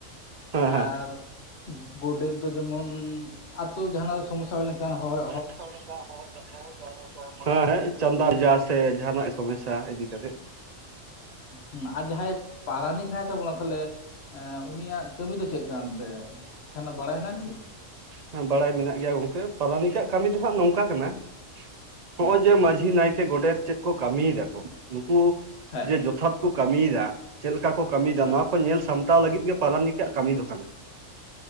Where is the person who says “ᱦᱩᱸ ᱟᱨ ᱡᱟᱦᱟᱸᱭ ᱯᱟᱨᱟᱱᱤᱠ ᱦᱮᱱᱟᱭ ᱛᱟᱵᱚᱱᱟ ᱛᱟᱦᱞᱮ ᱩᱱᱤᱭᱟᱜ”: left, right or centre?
Left